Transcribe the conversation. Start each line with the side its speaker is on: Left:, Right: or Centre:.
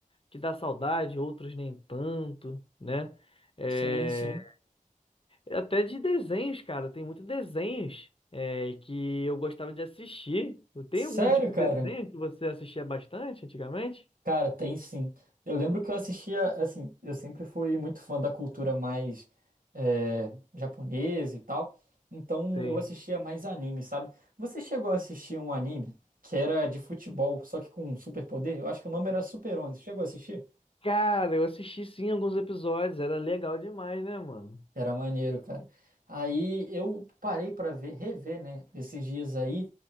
Left: que dá saudade, outros nem tanto, né? É,
Right: Sim, sim.
Left: até de desenhos, cara, tem muitos desenhos é, que eu gostava de assistir. Tem
Right: Sério,
Left: algum tipo
Right: cara?
Left: de desenho que você assistia bastante antigamente?
Right: Cara, tem sim. Eu lembro que eu assistia, assim, eu sempre fui muito fã da cultura mais é, japonesa e tal, então
Left: Sim.
Right: eu assistia mais anime, sabe? Você chegou a assistir um anime que era de futebol, só que com um superpoder? Eu acho que o nome era Super 11. Chegou a assistir?
Left: Cara, eu assisti sim alguns episódios, era legal demais, né, mano?
Right: Era maneiro, cara. Aí eu parei pra ver, rever, né, esses dias aí